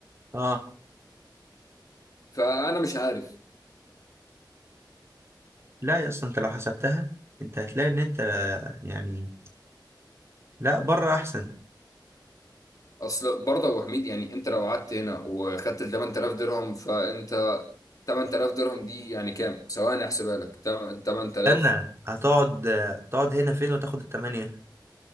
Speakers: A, on the right (about 35°); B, on the left (about 45°).
A: اه
B: فانا مش عارف
A: لا يا اصلا انت لو حسبتها انت هتلاقي ان انت يعني لا بره احسن
B: اصل برضه يا ابو حميد يعني انت لو قعدت هنا وخدت 8000 درهم فانت 8000 درهم دي يعني كام؟ ثواني احسبها لك 8000
A: استنى هتقعد تقعد هنا فين وتاخد التمانية